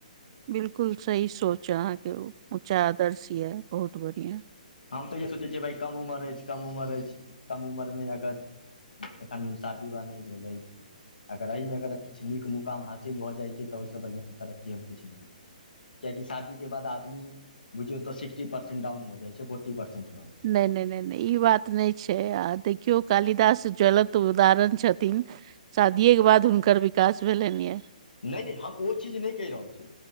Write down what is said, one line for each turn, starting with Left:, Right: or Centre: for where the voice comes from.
Right: बिल्कुल सही सोच य अहाँके ऊँचा आदर्श यए बहुत बढ़िया
Left: हम तऽ इह सोचै छियै भइ कम उम्र अछि कम उम्र अछि कम उम्रमे अगर एखन शादी विवाह नहि भेलै अछि अगर एहिमे अगर किछु नीक मुकाम हासिल भऽ जाइत छै तऽ ओहिसँ बढ़िआँ तरक्ी हम किछु नहि बुझैत छी कियाकि शादी के बाद आदमी बुझियौ तऽ सिक्सटी पर्सेंट डाउन भ जाइ छै फोर्टी पर्सेंट रहै छै
Right: नहि नहि नहि नहि ई बात नहि छै आ देखियो कालिदास जलत उदाहरण छथिन शादियेके बाद हुनकर विकास भेलनि यऽ
Left: नहि नहि हम ओ चीज नहि कहि रहल छी